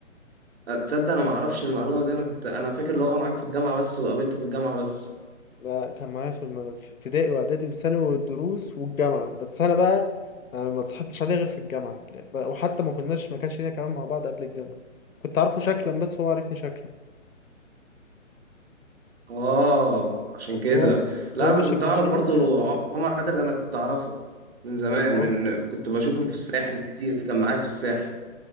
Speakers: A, on the right (about 50°); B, on the left (about 85°).
A: أه، تصدق انا ما اعرفش المعلومه دي انا كنت انا فاكر اللي هو معاك في الجامعه بس وقابلته في الجامعه بس
B: لا كان معايا في المد... في ابتدائي واعدادي وثانوي والدروس والجامعه بس انا بقى انا ما اتصاحبتش عليه غير في الجامعه لا، بقى- وحتى ما كناش ما كانش لينا كلام مع بعض قبل الجامعه كنت عارفه شكلا بس هو عارفني شكلا
A: اه عشان كده
B: هو
A: لا
B: هو
A: انا
B: ماشي
A: كنت
B: مع
A: اعرف
B: شله
A: برضو ع- عمر عادل انا كنت اعرفه من زمان
B: والله
A: من كنت بشوفه في الساحل كتير كان معايا في الساحل